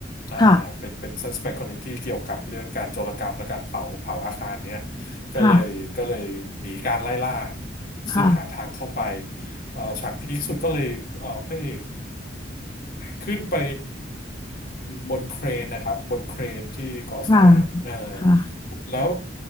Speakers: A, on the left; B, on the left.
A: อ่าเป็นเป็น
B: ค่ะ
A: suspect คนหนึ่งที่เกี่ยวกับเรื่องการโจรกรรมและการเผาเผาอาคารเนี่ยก็เลยก็เลยหนีการไล่ล่า
B: ค่ะ ค่ะ
A: ซึ่งหาทางเข้าไปฉากพีคสุดก็เลยเอ่อพระเอก ขึ้นไปบนเครนนะครับบนเครนที่ก่อสร้างเอ่อ
B: ค่ะ ค่ะ
A: แล้ว